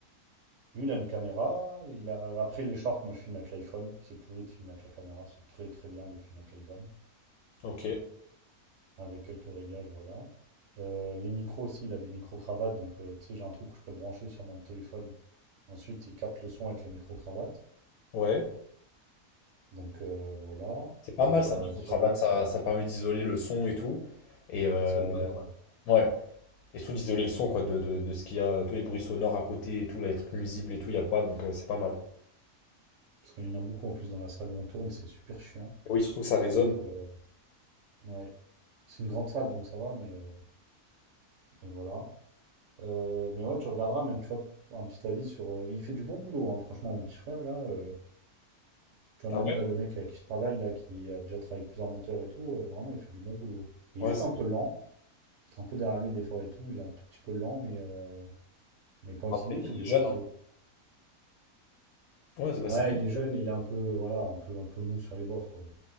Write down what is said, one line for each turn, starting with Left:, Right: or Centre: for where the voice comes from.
Right: Lui, il a une caméra. Il a... Après les shorts, moi, je filme avec l'iPhone. C'est pourri de filmer avec la caméra. C'est très, très bien de filmer avec l'iPhone.
Left: Ok.
Right: Avec quelques réglages, voilà. Euh, les micros aussi, il a des micro-cravates. Donc, euh, tu sais, j'ai un truc où je peux brancher sur mon téléphone. Ensuite, il capte le son avec les micro-cravates.
Left: Ouais.
Right: Donc, euh, voilà.
Left: C'est pas mal
Right: Et
Left: ça,
Right: euh,
Left: micro-cravate,
Right: sur les...
Left: ça, ça permet d'isoler le son et tout. Et euh,
Right: C'est obligatoire.
Left: ouais. Et surtout d'isoler le son quoi, de, de, de ce qu'il y a, tous les bruits sonores à côté et tout, là, les trucs nuisibles et tout, il n'y a pas, donc euh, c'est pas mal.
Right: Parce qu'il y en a beaucoup en plus dans la salle où on tourne. C'est super chiant.
Left: Et oui, surtout que ça résonne.
Right: Donc, euh, Ouais, c'est une grande salle donc ça va, mais, euh, mais voilà. Euh, mais ouais, tu regarderas même, tu vois, un petit avis sur. euh, il fait du bon boulot, hein, franchement, mon petit frère là. euh, tu vois,
Left: Ah
Right: même
Left: ouais?
Right: euh, le mec avec qui je travaille là, qui a déjà travaillé avec plusieurs monteurs et tout, euh, vraiment, il fait du bon boulot. Il
Left: Ouais,
Right: est juste
Left: c'est-
Right: un peu lent, faut être un peu derrière lui des fois et tout. Il est un tout petit peu lent, mais, euh, mais quand il
Left: après
Right: s'y met,
Left: il
Right: il
Left: est
Right: fait du
Left: jeune,
Right: bon boulot.
Left: hein. Ouais, c'est bah,
Right: Ouais,
Left: c'est pas mal.
Right: il est jeune et il est un peu, voilà, un peu, un peu mou sur les bords quoi.